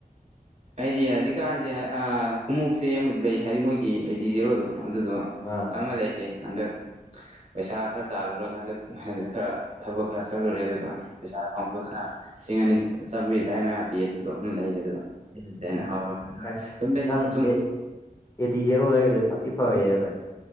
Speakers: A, on the right (about 50°); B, on the left (about 20°).
A: ꯑꯩꯗꯤ ꯍꯧꯖꯤꯛꯀꯥꯟꯖꯦ ꯑ ꯈꯨꯃꯨꯛꯁꯦ ꯑꯃꯗꯤ ꯂꯩ ꯍꯥꯏꯗꯤ ꯃꯣꯏꯒꯤ ꯒꯤ ꯑꯦ ꯗꯤ ꯖꯤꯔꯣꯗꯣ ꯑꯗꯨꯗꯣ
B: ꯑꯥ
A: ꯑꯃ ꯂꯩꯔꯦ ꯍꯟꯗꯛ ꯄꯩꯁꯥ ꯈꯔ ꯇꯥꯜꯂꯨꯔꯒ ꯍꯟꯗꯛ ꯐꯦꯖꯦ ꯈꯔ ꯊꯕꯛ ꯈꯔ ꯆꯠꯂꯨꯔꯦ ꯑꯗꯨꯒ ꯄꯩꯁꯥ ꯐꯪꯕꯗꯨꯅ ꯂꯤꯁꯤꯡ ꯑꯅꯤ ꯆꯝꯔꯤ ꯑꯗꯥꯏ ꯃꯌꯥ ꯄꯤ ꯑꯗꯨꯗꯣ ꯑꯃ ꯂꯩꯔꯦ ꯑꯗꯨꯒ ꯑꯩꯅ
B: ꯎꯝ
A: ꯍꯧꯔ
B: ꯑꯦ
A: ꯁꯨꯝ ꯕꯦꯁꯤꯛ
B: ꯅꯪ
A: ꯁꯨꯝ
B: ꯑꯦ ꯑꯦꯗꯤ ꯖꯦꯔꯣ ꯂꯩꯔꯤꯗꯣ ꯐꯗꯤ ꯐꯩꯌꯦ ꯕꯥꯏ